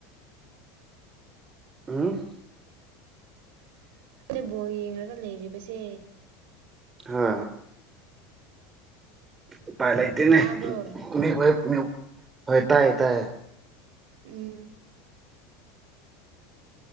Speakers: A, on the right (about 25°); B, on the right (about 70°).
A: ꯍꯨꯡ
B: ꯅꯪꯖꯦ ꯕꯣꯜ ꯌꯦꯡꯔꯒ ꯂꯩꯔꯤꯕꯁꯦ
A: ꯍꯥ ꯎꯄꯥꯏ ꯂꯩꯇꯦꯅꯦ
B: ꯇꯥꯕ꯭ꯔꯣ
A: <unintelligible> ꯍꯣꯏ ꯇꯥꯏ ꯇꯥꯏꯌꯦ
B: ꯎꯝ